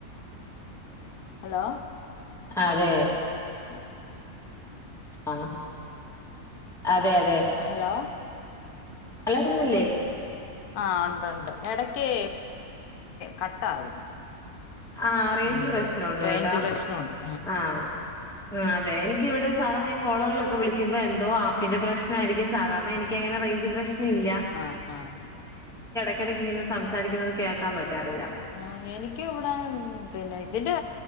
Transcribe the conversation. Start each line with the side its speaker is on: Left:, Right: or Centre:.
Left: ഹലോ
Centre: ആഹ് അതെ
Left: <inaudible>
Centre: ആഹ് അതെ അതെ
Left: ഹലോ
Centre: ഹലോ കേൾക്കുന്നില്ലെ
Left: ആഹ് ഉണ്ട് ഉണ്ട് ഇടക്കേ കട്ടാകുന്നു
Centre: ആഹ് റേയിഞ്ച്
Left: ഉം
Centre: പ്രശ്നണ്ട്
Left: റേഞ്ച്
Centre: കേട്ടാ
Left: പ്രശ്നമുണ്ട്
Centre: ആഹ് അതെ എനിക്ക് ഇവിടെ സാധാ ഞാൻ കോളകൾക്കെ വിളി ക്കുംമ്പം എന്തോ ആപ്പിന്റെ പ്രശ്ന ആയിരിക്കും സാധാരണ എനിക്ക്ങ്ങനെ റേയിഞ്ച് പ്രശ് നം ഇല്ല
Left: ആഹ് ആഹ്
Centre: ഇടക്ക് ഇങ്ങനെ സംസാരിക്കുന്നത് കേൾക്കാൻ പറ്റാറില്ല
Left: ആഹ് എനിക്ക് ഇവിടെ ഉം പിന്നെ ഇതിന്റെ